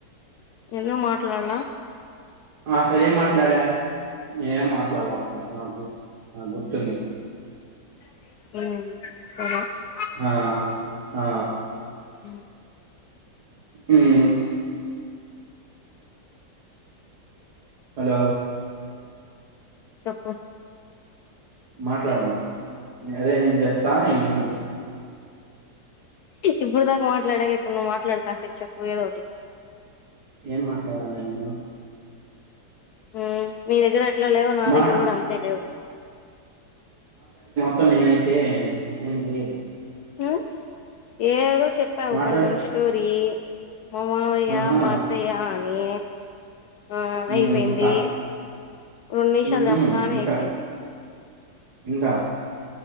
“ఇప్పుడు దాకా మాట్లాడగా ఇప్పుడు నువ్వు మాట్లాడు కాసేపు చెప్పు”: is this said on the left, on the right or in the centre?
Left